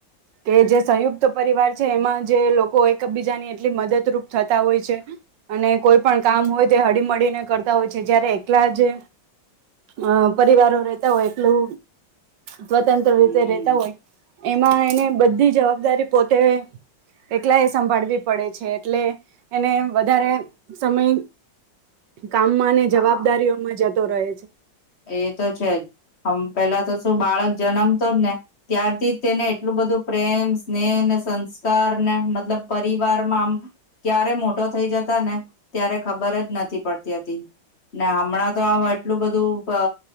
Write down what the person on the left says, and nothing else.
હમ
હા
એ તો છે, મ પેલા તો શું બાળક જન્મતો જ ને ત્યારથી જ તેને એટલું બધું પ્રેમ, સ્નેહને, સંસ્કારને મતલબ પરિવારમાં આમ ક્યારે મોટો થઈ જતા ને ત્યારે ખબર જ નથી પડતી હતી, ને હમણાં તો આ એટલું બધું અ